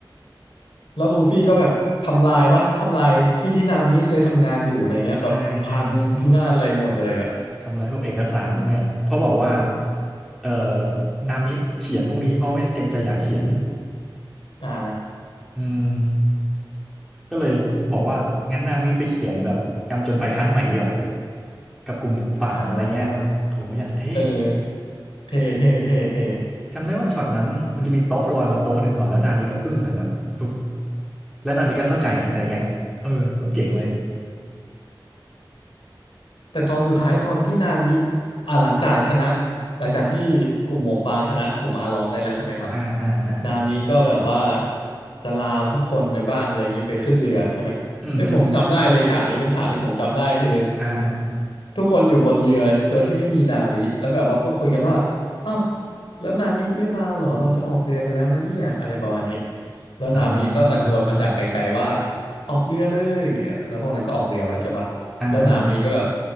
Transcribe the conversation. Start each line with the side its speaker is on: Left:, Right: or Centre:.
Left: แล้วลูฟี่ก็แบบทำลายปะทำลายที่ที่นามิเคยทำงานอยู่อะไรเงี้ยแบบพังพินาศอะไรหมดเลยอะ
Centre: ใช่ใช่ทำลายพวกเอกสารพวกเนี้ยเพราะบอกว่าเอ่อนามิเขียนพวกนี้เพราะไม่ได้เต็มใจอยากเขียน
Left: อ่า
Centre: อืมก็เลยบอกว่างั้นนามิไปเขียนแบบการผจญภัยครั้งใหม่ดีกว่ากับกลุ่มของฝั่งอะไรเงี้ยโหอย่างเท่
Left: อ่าเออเท่เท่เท่เท่
Centre: จำได้ว่าช็อตนั้นมันจะมีโต๊ะลอยมาโต๊ะหนึ่งก่อนแล้วนามิก็อึ้งกันแบบปุ๊บแล้วนามิก็เข้าใจอะไรเงี้ยเออเขาเจ๋งเลย
Left: แต่ตอนสุดท้ายตอนที่นามิอ่าหลังจากชนะหลังจากที่กลุ่มหมวกฟางชนะกลุ่มอาลองได้แล้วใช่ไหมครับ
Centre: อ่าอ่าอ่า
Left: นามิก็แบบว่าจะลาทุกคนในบ้านอะไรอย่างนี้ไปขึ้นเรือใช่ไหมไอ้ยผมจำได้เลยฉากนี้เป็นฉากที่ผมจำได้คือ
Centre: อือฮึอ่า
Left: ทุกคนอยู่บนเรือตัวที่ไม่มีนามิแล้วแบบว่าก็คุยกันว่าอ้าวแล้วนามิไม่มาเหรอเราจะออกเรือกันแล้วนะเนี่ยอะไรประมาณนี้แล้วนามิก็ตะโกนมาจากไกลๆว่า
Centre: อ่า
Left: ออกเรือเลยแล้วพวกนั้นก็ออกเรือไปใช่ปะ
Centre: อ่าอ่า
Left: แล้วนามิก็แบบ